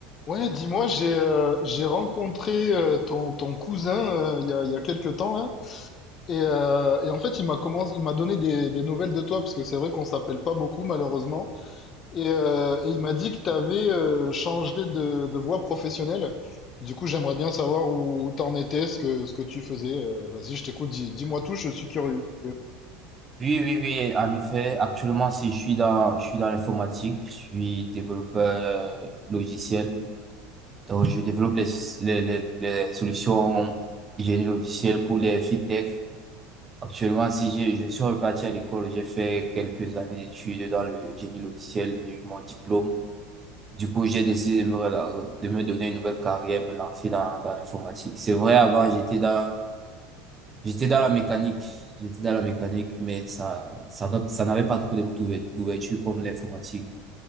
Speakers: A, on the left; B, on the right.
A: Ouais, dis-moi, j'ai euh, j'ai rencontré euh, ton, ton cousin euh, il y a, il y a quelques temps là, et, euh, et en fait il m'a commencé, il m'a donné des, des nouvelles de toi parce que c'est vrai qu'on s'appelle pas beaucoup malheureusement, et, euh, et il m'a dit que tu avais changé de, de voie professionnelle. Du coup, j'aimerais bien savoir où, où t'en étais, ce que ce que tu faisais. Euh, vas-y, je t'écoute, dis, dis-moi tout, je suis curieux.
B: Oui, oui, oui, en effet, actuellement, si je suis dans, je suis dans l'informatique, je suis développeur logiciel. Donc, je développe les, les, les, les solutions de génie logiciel pour les fintech. Actuellement, si j'ai, je suis reparti à l'école, j'ai fait quelques années d'études dans le génie logiciel, j'ai eu mon diplôme. Du coup, j'ai décidé de me, rela- de me donner une nouvelle carrière, me lancer dans, dans l'informatique. C'est vrai, avant, j'étais dans J'étais dans la mécanique, j'étais dans la mécanique, mais ça, ça, n'a- ça n'avait pas trop d'ouver- d'ouverture comme l'informatique.